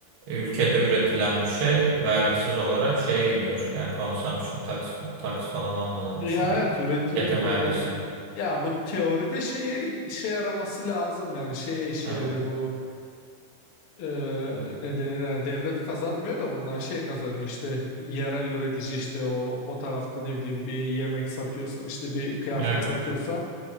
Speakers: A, on the right; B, on the left.
A: ülkede üretilen bir şey vergisiz olarak şeye gidiyor. Yani consumption tax tax falan olmadan
B: Ya
A: içinde.
B: evet üretim
A: Tüketim
B: e,
A: vergisi.
B: ya bu teoride şeye işe yaraması lazım yani şeye işe
A: Evet.
B: yarıyor bu e,
A: Evet.
B: ne denir yani devlet kazanmıyor da bundan şey kazanıyor işte yerel üretici işte o o tarafta ne bileyim bir yemek satıyorsan işte bir kıyafet
A: Evet.
B: satıyorsan